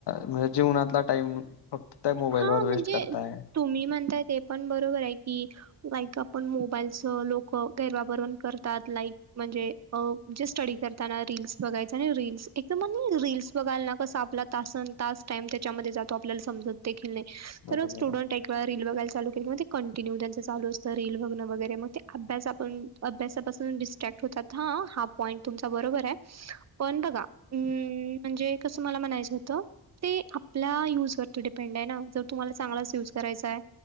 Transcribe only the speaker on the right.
हा
म्हणजे
तुम्ही म्हणताय ते पण बरोबर आहे की बायका पण मोबाईलच लोक गैरवापर पण करतात लाईक म्हणजे अ म्हणजे स्टडी करताना रीलस बघायच आणि रील्स एक तर म्ह रीलस बघाय ना कसं आपला तासन तास टाईम त्याच्यामध्ये जातो आपल्याला समजत देखील नाही
तर स्टूडेंट
रील बघायला चालू केली मग ते कंटिन्यू त्यांच लू असतं रील बघण वगैर मग ते अभ्यास आपण अभ्यासापासून डिस्ट्रॅक्ट होतात हा हा पॉईंट तुमचा बरोबर आहे पण बघा अम् म्हणजे कसं मला म्हणायचं होतं ते आपल्या यूजवरती डिपेंड आहे ना जर तुम्हाला चांगलाच युज करायचा आहे